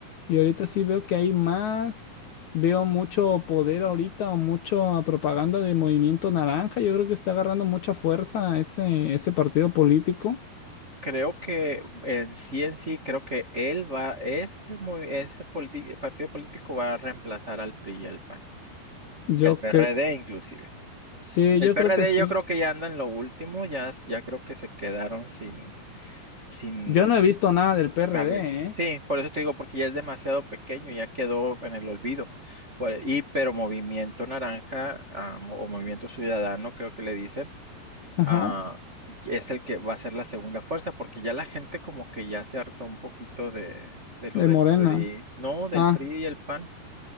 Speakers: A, on the left; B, on the right.
A: Y ahorita sí veo que hay más, veo mucho poder ahorita o mucha propaganda de Movimiento Naranja, yo creo que está agarrando mucha fuerza ese, ese partido político.
B: Creo que en sí, en sí, creo que él va, ese, movi- ese politi- partido político va a reemplazar al PRI y al PAN.
A: Yo
B: Y el PRD
A: creo,
B: inclusive.
A: sí,
B: El
A: yo
B: PRD
A: creo que sí.
B: yo creo que ya anda en lo último, ya, ya creo que se quedaron sin, sin
A: Yo no he visto nada del PRD,
B: cabel.
A: ¿eh?
B: Sí, por eso te digo, porque ya es demasiado pequeño, ya quedó en el olvido. Por- Y pero Movimiento Naranja ah, mo- o Movimiento Ciudadano, creo que le dicen,
A: Ajá,
B: ah, es el que va a ser la segunda fuerza, porque ya la gente como que ya se hartó un poquito de, de lo
A: de
B: del
A: Morena.
B: PRI, no, del
A: Ah,
B: PRI y el PAN.